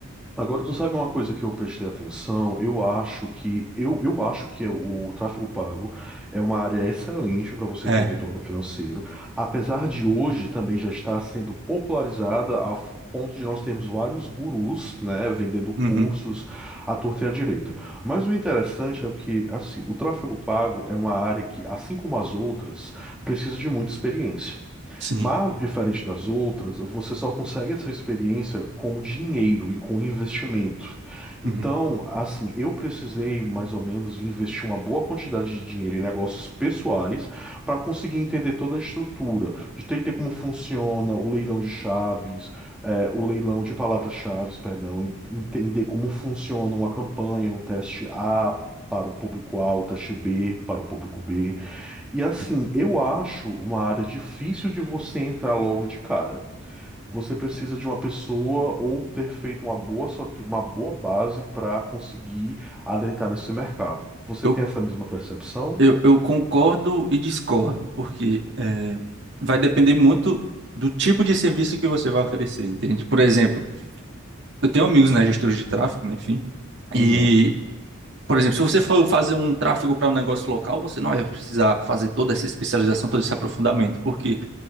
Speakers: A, in the centre; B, on the right.
A: Agora, tu sabe uma coisa que eu prestei atenção? Eu acho que eu, eu acho que é o tráfego pago é uma área excelente para você
B: É,
A: ter um retorno financeiro, apesar de hoje também já estar sendo popularizada a f- ponto de nós termos vários gurus, né, vendendo cursos
B: uhum,
A: à torta e à direita. Mas o interessante é que, assim, o tráfego pago é uma área que, assim como as outras, precisa de muita experiência.
B: sim.
A: Mas, diferente das outras, você só consegue essa experiência com dinheiro e com investimento.
B: uhum.
A: Então, assim, eu precisei mais ou menos de investir uma boa quantidade de dinheiro em negócios pessoais para conseguir entender toda a estrutura, de entender como funciona o leilão de chaves, é, o leilão de palavras-chaves, perdão, en- entender como funciona uma campanha, um teste A. Para um público A, o teste B, para o público B. E assim, eu acho uma área difícil de você entrar logo de cara. Você precisa de uma pessoa ou ter feito uma boa, soli- uma boa base para conseguir adentrar nesse mercado. Você
B: Eu
A: tem essa mesma percepção?
B: Eu, eu concordo e discordo, porque eh, vai depender muito do tipo de serviço que você vai oferecer, entende? Por exemplo, eu tenho amigos na gestora de tráfego, né, enfim, e,
A: Uhum.
B: por exemplo, se você for fazer um tráfego para um negócio local, você não vai precisar fazer toda essa especialização, todo esse aprofundamento, porque